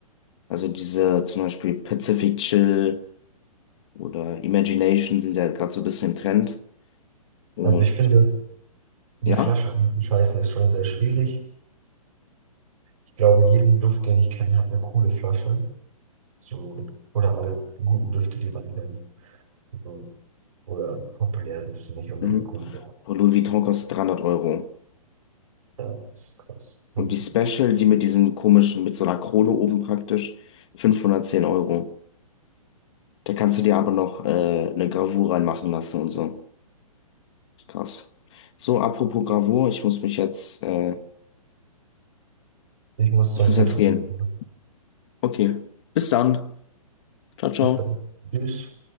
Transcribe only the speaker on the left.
Also diese zum Beispiel Pacific Chill oder Imagination sind ja gerade so ein bisschen im Trend. Und
ja.
Mhm.
Und Louis Vuitton kostet 300 Euro.
Und die Special, die mit diesen komischen, mit so einer Krone oben praktisch, 510 Euro. Da kannst du dir aber noch äh, eine Gravur reinmachen lassen und so. Krass. So, apropos Gravur, ich muss mich jetzt, äh,
ich muss
jetzt gehen.
Okay, bis dann. Ciao, ciao.